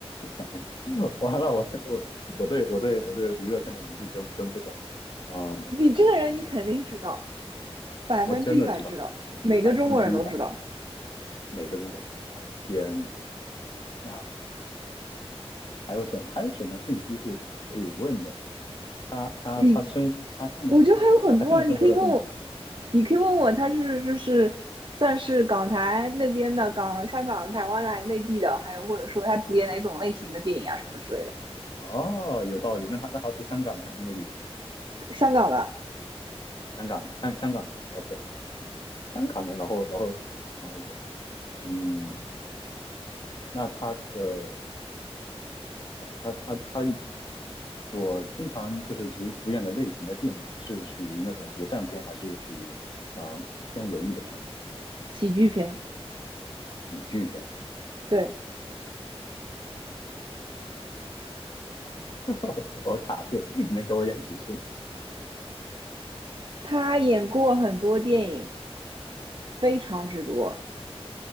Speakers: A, on the left; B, on the right.
A: 想一想，<laughs> 完了，我我我对我对我对娱乐圈的人是真真不熟，嗯，
B: 你这个人你肯定知道，百分之一百知道，
A: 我真的知道
B: 每个中国人都知道。
A: 百分之一百，每个中国人都知道。天呐，啊，还有什么还有什么信息是可以问的呢？他他他生他现在他他现在生活在中国。
B: 你我觉得还有很多啊，你可以问我，你可以问我，他是就是算是港台那边的港，香港、台湾来内地的，还有或者说他主演哪种类型的电影啊什么之类的。
A: 哦，有道理。那他那他是香港的还是内地的？
B: 香港的
A: 香港的，香香港的。OK，香港的。然后然后哦，OK，嗯，那他的想一下，他他他所经常就是主主演的类型的电影是属于那种谍战片，还是属于呃偏文艺的片子？
B: 喜剧片，
A: 喜剧片？
B: 对，
A: <laughs> 我我卡住了，你能给我一点提示吗？
B: 他演过很多电影，非常之多。